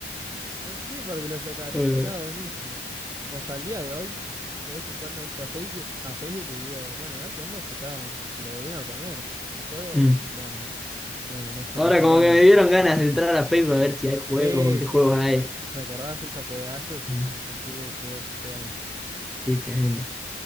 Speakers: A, on the right; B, in the centre.
A: No sé por qué lo sacaron,
B: Eh,
A: porque estaba buenísimo. Y hasta el día de hoy, de vez en cuando entro a Facebook, a Facebook y digo, bueno, a ver qué onda si está, si lo volvieron a poner el juego
B: mm.
A: y no, no, no, no está,
B: Ahora
A: lo sacaron.
B: como que me dieron ganas de entrar a Facebook a ver si hay juegos
A: Sí,
B: o qué
A: sí,
B: juegos
A: sí,
B: hay.
A: sí. Recordás esos juegazos
B: Eh,
A: y decís, uh, qué, qué ganas.
B: Sí, tremendo.